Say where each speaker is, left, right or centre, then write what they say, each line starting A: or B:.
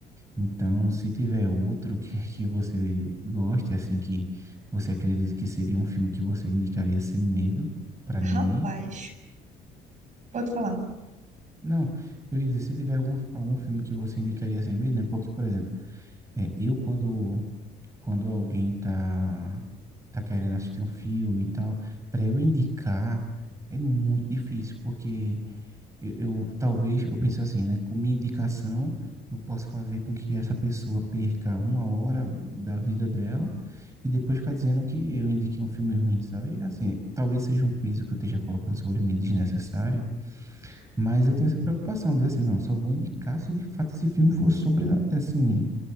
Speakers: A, on the right; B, on the right.
A: Então, se tiver outro que, <laughs> que você goste, assim, que você acredita que seria um filme que você indicaria sem medo pra ninguém.
B: Rapaz, pode falar.
A: Não, eu ia dizer, se tiver algum, algum filme que você indicaria sem medo, né? Porque, por exemplo, é, eu quando quando alguém tá, tá querendo assistir um filme e tal, para eu indicar é muito difícil, porque eu, eu- talvez eu penso assim, né? Com minha indicação, eu posso fazer com que essa pessoa perca uma hora da vida dela e depois ficar dizendo que eu indiquei um filme ruim, sabe? Assim, talvez seja um peso que eu esteja colocando sobre mim desnecessária, mas eu tenho essa preocupação, dizer assim, não, só vou indicar se de fato esse filme for sobre, assim,